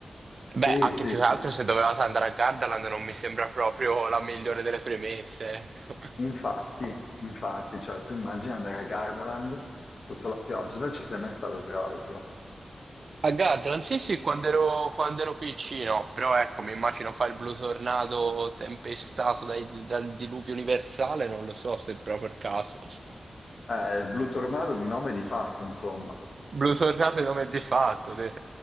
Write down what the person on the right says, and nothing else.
Beh, anche
più
che altro se dovevate andare a Gardaland non mi sembra proprio la migliore delle premesse, ecco.
A Gardaland, sì, sì, quando ero, quando ero piccino, però ecco, mi immagino fa il blu tornato tempestato dai- dal diluvio universale, non lo so se è proprio il caso.
Blu tornato è nome di fatto. te.